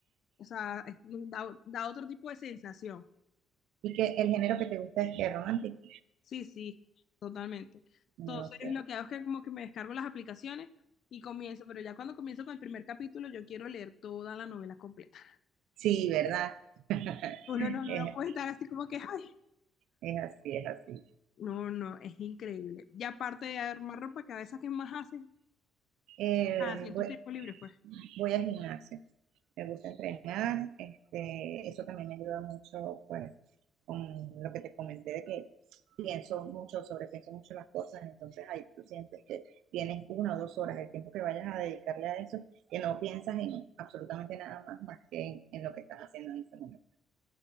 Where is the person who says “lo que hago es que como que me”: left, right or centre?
Left